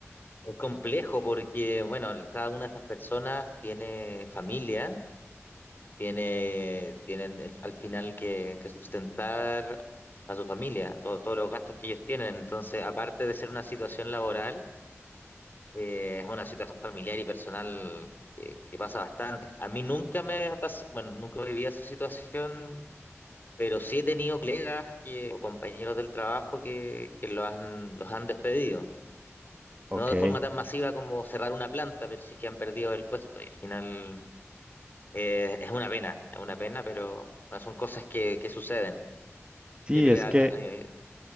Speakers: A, on the left; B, on the right.
A: es complejo porque, bueno, cada una de esas personas tiene familia, tiene, tienen el- al final que, que sustentar a su familia, todo- todos los gastos que ellos tienen. Entonces, aparte de ser una situación laboral, eh, es una situación familiar y personal que, que pasa bastante. A mí nunca me ha pasado, bueno, nunca viví esa situación Pero sí he tenido colegas que, o compañeros del trabajo que, que los han, los han despedido.
B: Ok.
A: No de forma tan masiva como cerrar una planta, pero sí que han perdido el puesto. Y al final eh, es una pena, es una pena, pero bueno, son cosas que, que suceden.
B: Sí,
A: Yo creo
B: es
A: que ah,
B: que,
A: ah, eh,